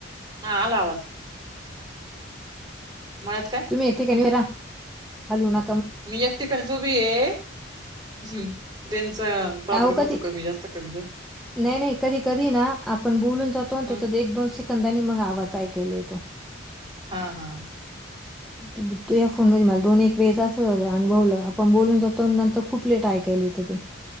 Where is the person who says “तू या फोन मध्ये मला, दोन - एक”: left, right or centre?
Centre